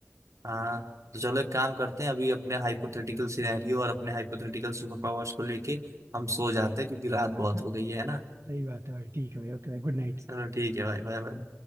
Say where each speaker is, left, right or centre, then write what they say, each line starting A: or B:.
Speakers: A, on the right; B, on the right.
A: हाँ तो चलो एक काम करते हैं अभी अपने हाइपोथेटिकल सिनेरियो और अपने हाइपोथेटिकल सुपर पावर्स को लेके हम सो जाते हैं क्योंकि रात बहुत
B: है
A: हो
B: <laughs>
A: गई है ना
B: सही बात है भाई ठीक है भाई ओके भाई गुड नाइट
A: चलो ठीक है भाई बाय बाय